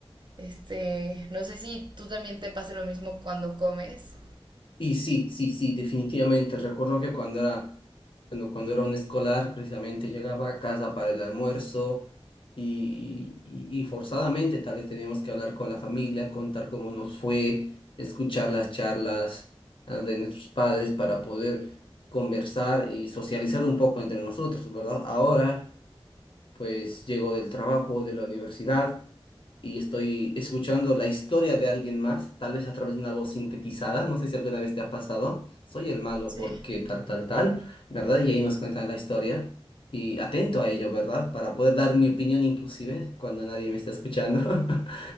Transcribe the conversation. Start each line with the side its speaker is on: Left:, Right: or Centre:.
Right: Este, no sé si tú también te pasa lo mismo cuando comes.
Left: Y sí, sí, sí, definitivamente. Recuerdo que cuando era, cuando, cuando era un escolar, precisamente llegaba a casa para el almuerzo y, y, y forzadamente tal vez teníamos que hablar con la familia, contar cómo nos fue, escuchar las charlas ah, de nuestros padres para poder conversar y socializar un poco entre nosotros, ¿verdad? Ahora, pues llego del trabajo, de la universidad y estoy escuchando la historia de alguien más, tal vez a través de una voz sintetizada, no sé si alguna vez te ha pasado, soy el malo
Right: Sí,
Left: porque tal, tal, tal, ¿verdad? Y ahí nos cuentan la historia y atento a ello, ¿verdad? Para poder dar mi opinión inclusive cuando nadie me está escuchando. <laughs>